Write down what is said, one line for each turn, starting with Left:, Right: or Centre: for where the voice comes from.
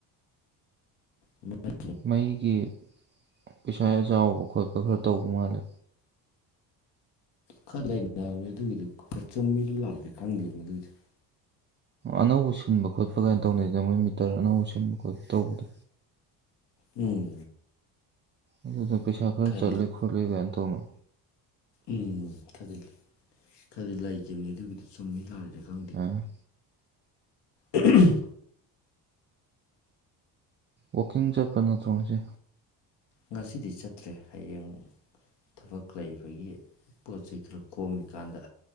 Left: ꯃꯣꯏ
Right: ꯃꯩꯒꯤ ꯄꯩꯁꯥ ꯆꯥꯎꯕ ꯈꯣꯠꯄ ꯈꯔ ꯇꯧꯕ ꯃꯥꯜꯂꯦ
Left: ꯈꯔ ꯂꯩꯅꯦ ꯑꯗꯨꯒꯤꯗꫭ ꯈꯔ ꯆꯨꯝ ꯃꯤꯔ ꯂꯥꯜꯂꯤꯔ ꯈꯪꯗꯦꯕ ꯃꯗꯨꯒꯤꯗꫭ
Right: ꯑꯅꯧꯕ ꯁꯤꯟꯕ ꯈꯣꯠꯄ ꯀꯥꯏꯅ ꯇꯧꯅꯩꯗꯅ ꯃꯣꯏ ꯃꯤꯇꯔ ꯑꯅꯧꯕ ꯁꯤꯟꯕ ꯈꯣꯠꯄ ꯇꯧꯕꯗꯣ
Left: ꯎꯝ
Right: ꯑꯗꯨꯗ ꯄꯩꯁꯥ ꯈꯔ
Left: ꯈꯔꯗꯤ
Right: ꯆꯠꯂꯤ ꯈꯣꯠꯂꯤ ꯀꯥꯏꯅ ꯇꯧꯅꯨ
Left: ꯎꯝ ꯈꯗꯤ ꯈꯗꯤ ꯂꯩꯈꯤꯕꯅꯤ ꯑꯗꯨꯒꯤꯗꯨ ꯆꯨꯝꯃꯤ ꯂꯥꯔꯤꯗ ꯈꯪꯗ‌
Right: ꯑꯥ
Left: ꯎꯍꯝ
Right: ꯋꯥꯛꯀꯤꯡ ꯆꯠꯄ ꯅꯠꯇ꯭ꯔꯣ ꯉꯁꯤ
Left: ꯉꯁꯤꯗꯤ ꯆꯠꯇ꯭ꯔꯦ ꯍꯌꯦꯡ ꯊꯕꯛ ꯂꯩꯕꯒꯤ ꯄꯣꯠ ꯆꯩ ꯈꯔ ꯀꯣꯝꯃꯤꯀꯥꯟꯗ